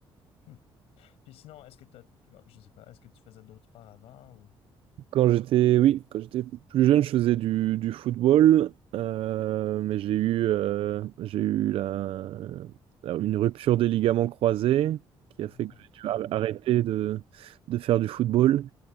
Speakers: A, on the left; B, on the right.
A: Hmm. Puis sinon, est-ce que t'as, oh, je sais pas, est-ce que tu faisais d'autres sports avant ou?
B: Quand j'étais, oui, quand j'étais plus jeune, je faisais du, du football, euh, mais j'ai eu, euh, j'ai eu la, la- une rupture des ligaments croisés qui
A: Oh,
B: a fait que j'ai dû
A: quand
B: ar-
A: même.
B: arrêter de, de faire du football,